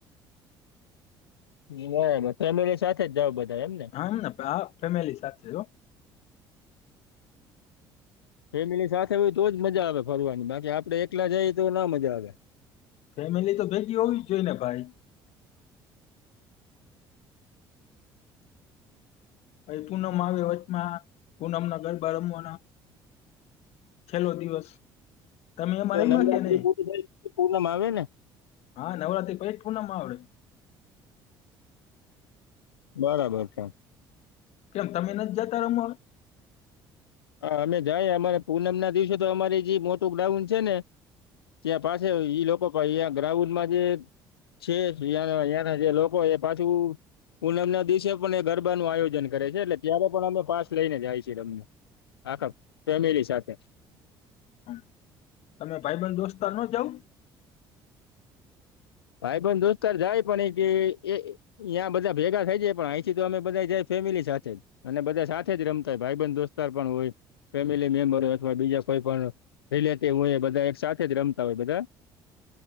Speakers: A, on the left (about 85°); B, on the left (about 60°).
A: બરાબર. ફેમિલી સાથે જ જાવ બધા એમને.
B: હમન ને હા. ફેમિલી સાથે જ હો.
A: ફેમિલી સાથે હોય તો જ મજા આવે ફરવાની બાકી આપડે એકલા જાઈ તો ના મજા આવે.
B: ફેમિલી તો ભેગી હોવી જ જોઈને ભાઈ. પછી પૂનમ આવે વચમાં. પૂનમના ગરબા રમવાના. છેલ્લો દિવસ તમે એમાં
A: તો
B: રમ્યા
A: નવરાત્રી
B: કે નહી
A: પુરી થાય તો પૂનમ આવે ને.
B: હા, નવરાત્રી પઈ જ પૂનમ આવે.
A: બરાબર છે.
B: કેમ તમે નથ જાતા રમવા?
A: અ અમે જાય અમારે પૂનમના દિવસે તો અમારી જે મોટું ગ્રાઉન છે ને ત્યાં પાસે ઈ લોકો પા‌ઇ ગ્રાઉડમાં જે છે યાના યાના જે લોકો એ પાછું પૂનમના દિવસે પણ એ ગરબાનું આયોજન કરે છે એટલે ત્યારે પણ અમે પાસ લઈને જાઈ છી રમવા. આખા ફેમિલી સાથે.
B: હમ, તમે ભાઈબન દોસ્તર નો જાવ?
A: ભાઈબન દોસ્તાર જાય પણ એ કે એ યાં બધા ભેગા થઈ જાય પણ આઈથી તો અમે બધા જાય ફેમિલી સાથે જ. અને બધા સાથે જ રમતા હો. ભાઈબંધ દોસ્તાર પણ હોય. ફેમિલી મેમ્બર હોય અથવા બીજા કોઈ પણ રિલેટિવ હોય બધા એક સાથે જ રમતા હોય બધા.